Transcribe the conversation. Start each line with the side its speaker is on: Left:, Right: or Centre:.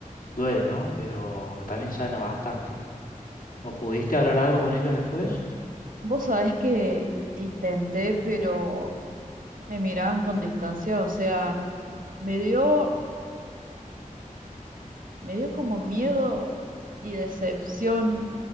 Left: Duele, ¿no? Pero también sana bastante. ¿O pudiste hablar algo con ellos después?
Right: Vos sabés que intenté, pero me miraban con distancia, o sea, me dio, me dio como miedo y decepción